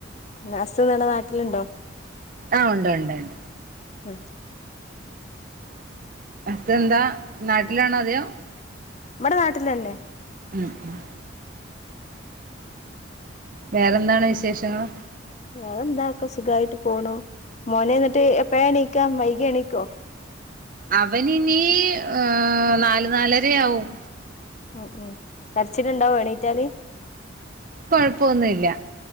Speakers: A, on the left (about 35°); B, on the right (about 45°).
A: പിന്നെ ഹസ്സ് ഇവടെ നാട്ടിലുണ്ടോ?
B: ആഹ് ഒണ്ട് ഒണ്ട് ഒണ്ട്
A: ഉം
B: ഹസ് എന്താ നാട്ടിലാണോ അതെയോ?
A: ഇബടെ നാട്ടിലെന്നെ
B: ഉം ഉം വേറെന്താണ് വിശേഷങ്ങള്
A: വേറെ എന്താ ഒക്കെ സുഖായിട്ട് പോണു മോന് എന്നിട്ട് എപ്പഴാ എണീക്കാ വൈകി എണീക്കോ?
B: അവന് ഇനി ഏഹ് നാല് നാലരയാവും
A: ഉം ഉം കരച്ചില് ഇണ്ടാവോ എണീറ്റാല്?
B: കൊഴപ്പൊന്നുല്ലാ